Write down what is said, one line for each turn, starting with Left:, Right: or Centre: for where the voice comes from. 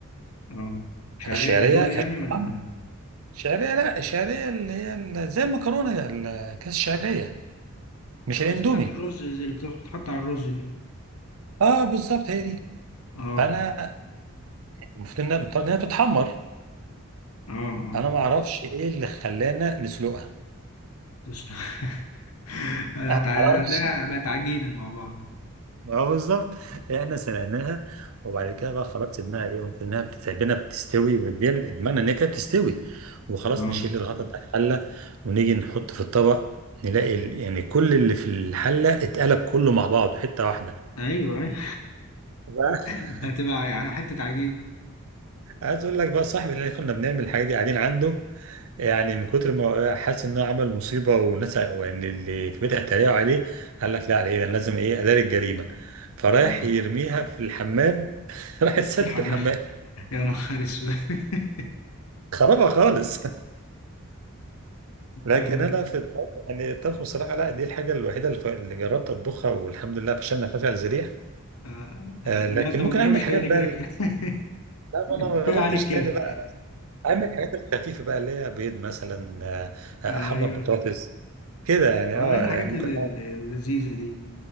Left: اه مش عارف
Right: الشعرية
Left: اندومي يعني
Right: هي بتتعمل
Left: ولا
Right: شعرية لا الشعرية اللي هي ال- زي المكرونة ال- كيس الشعرية مش
Left: آه
Right: الإندومي
Left: زي بتاعت الرز زي اللي بتتحط على الرز دي
Right: أه بالظبط هي دي
Left: اه
Right: فأنا المفروض إنها إنها بتتحمر
Left: اه اه
Right: أنا ما أعرفش إيه اللي خلانا نسلقها
Left: بس- <laughs> هت-
Right: أنا
Left: هتلاقيها
Right: معرفش
Left: بقت عجينة مع بعض
Right: اه بالظبط إيه، احنا سلقناها وبعد كده بقى خلاص سيبناها ايه قمت انها بتتعبنا بتستوي وبتجل بمعنى ان هي كده بتستوي وخلاص
Left: اه
Right: نشيل الغطا بتاع الحله ونيجي نحط في الطبق نلاقي ال- يعني كل اللي في الحله اتقلب كله مع بعضه حته واحده
Left: ايوه ايوه
Right: <laughs> بقى-
Left: <laughs> هتبقى يعني حتة عجينة
Right: عايز اقول لك بقى صاحبي اللي كنا بنعمل الحاجات دي قاعدين عنده يعني من كتر ما حاسس ان هو عمل مصيبه والناس يعني اللي في بيتها اتريقوا عليه قال لك لا على ايه ده أنا لازم ايه اداري الجريمه فرايح
Left: اه
Right: يرميها في الحمام <laughs> راح تسدد
Left: في الحمام
Right: الحمام
Left: <laughs> يا نهار اسود <laughs>
Right: خربها خالص لكن
Left: آه،
Right: انا في الطبخ- يعني الطبخ بصراحه لا دي الحاجه الوحيده اللي ف- اللي جربت اطبخها والحمد لله فشلنا فشل ذريع
Left: آه.
Right: آه، لكن
Left: لا انت ما
Right: ممكن
Left: تجربش
Right: اعمل حاجات
Left: تاني
Right: بقى
Left: كده
Right: ال-
Left: كفاية
Right: لا ما
Left: <laughs>
Right: انا ما
Left: كفاية
Right: جربتش
Left: عليك كده
Right: تاني بقى اعمل الحاجات الخفيفه بقى اللي هي بيض مثلا آه،
Left: <laughs>
Right: آه، احمر
Left: ايوه
Right: بطاطس كده يعني
Left: اه
Right: اه
Left: هي الحاجات
Right: ممكن
Left: الل- الل- اللذيذة دي